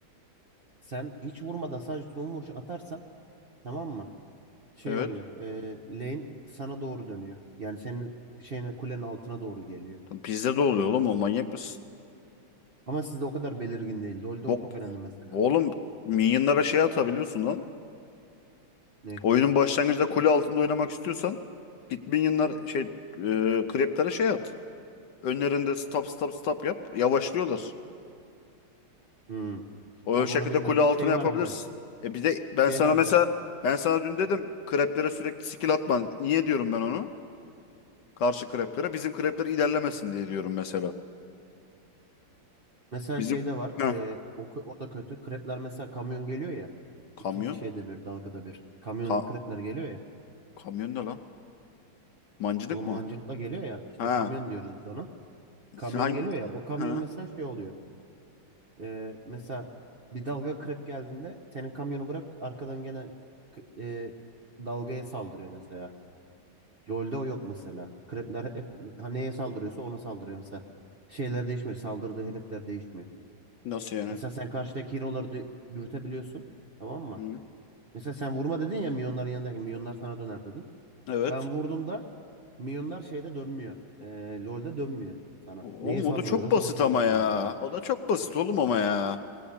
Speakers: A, on the right; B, on the left.
A: sen hiç vurmadan sadece son vuruşu atarsan tamam mı? Şey
B: Evet.
A: oluyor. e, lane sana doğru dönüyor. Yani senin şeyine kulenin altına doğru geliyor.
B: Bizde de oluyor oğlum o manyak mısın?
A: Ama sizde o kadar belirgin değil. LoL'de
B: Bok.
A: o çok önemli mesela.
B: Oğlum minyonlara şey atabiliyorsun lan.
A: Ne?
B: Oyunun başlangıcında kule altında oynamak istiyorsan git minyonlar şey e, kreplere şey at. Önlerinde stop stop stop yap. Yavaşlıyorlar.
A: Hmm.
B: O
A: Bak
B: şekilde
A: onu bilmiyordum.
B: kule altına
A: Şey
B: yapabilirsin.
A: var bir de.
B: E bir de ben
A: Şey
B: sana
A: var
B: mesela
A: bir de.
B: ben sana dün dedim kreplere sürekli skill atman. Niye diyorum ben onu? Karşı kreplere. Bizim krepler ilerlemesin diye diyorum mesela.
A: Mesela
B: Bizim
A: şeyde var.
B: Heh.
A: e, o, o da kötü. Krepler mesela kamyon geliyor ya.
B: kamyon
A: iki şeyde bir dalgada bir. Kamyon
B: Ka-
A: krepler geliyor ya.
B: kamyon ne lan? Mancınık
A: Oğlum
B: mı?
A: mancınıkla geliyor ya. işte
B: Ha.
A: kamyon diyoruz biz ona. Kamyon
B: Hangi
A: geliyor ya. O kamyon
B: ha?
A: mesela şey oluyor. E, mesela bir dalga krep geldiğinde senin kamyonu bırak arkadan gene k- e, dalgaya saldırıyor mesela. LoL'de o yok mesela. Krepler hep ha, neye saldırıyorsa ona saldırıyor mesela. Şeyler değişmiyor. Saldırdığı hedefler değişmiyor.
B: Nasıl yani?
A: Mesela sen karşıdaki hero'ları dö- dürütebiliyorsun. Tamam mı?
B: Hı.
A: Mesela sen vurma dedin ya milyonların yanındaki milyonlar sana döner dedin.
B: Evet.
A: Ben vurduğumda milyonlar şeyde dönmüyor. Ee, LoL'de dönmüyor sana.
B: Oğlum
A: Neye saldırıyorlarsa
B: o da çok basit
A: ona saldırmaya
B: ama ya.
A: devam ediyorlar.
B: O da çok basit oğlum ama ya.